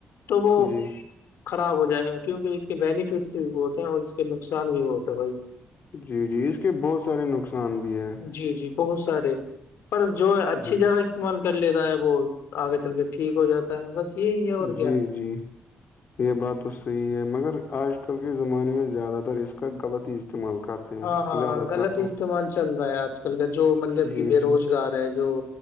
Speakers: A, on the left (about 85°); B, on the left (about 55°).
A: تو وہ
B: جی
A: خراب ہو جائے گا کیونکہ اس کے بینیفٹس بھی بہت ہیں اور اس کے نقصان بھی بہت ہے بھائی
B: جی جی اس کے بہت سارے نقصان بھی ہے
A: جی جی بہت سارے پر جو اچھی
B: جی
A: جگہ استعمال کر لیتا ہے وہ آگے چل کے ٹھیک ہو جاتا ہے بس یہی ہے اور کیا
B: جی جی یہ بات تو صحیح ہے مگر آج کل کے زمانے میں زیادہ تر اس کا غلط ہی استعمال کرتے ہیں
A: ہاں ہاں
B: زیادہ
A: ہاں غلط
B: تر لوگ
A: استعمال چل رہا ہے آج کل کا جو مطلب
B: جی،
A: کہ بے
B: جی،
A: روزگار ہے جو